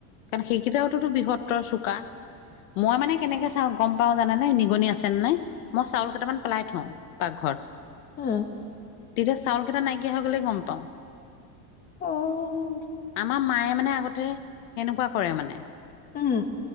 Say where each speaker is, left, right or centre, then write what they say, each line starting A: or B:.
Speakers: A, on the left; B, on the left.
A: কাৰণ সেইকেইতাটো টো বৃহত্তৰ চোকা মই মানে কেনেকে চাও গম পাও জানে নাই নিগনি আছেনেে নাই মই চাউল কেইটামান পেলাই থওঁ পাকঘৰত
B: মম <unintelligible>
A: তেতিয়া চাউল কেইটা নাইকিয়া হৈ গ'লে গম পাওঁ
B: অহ
A: আমাৰ মায়ে মানে আগতে সেনেকুৱা কৰে মানে
B: উম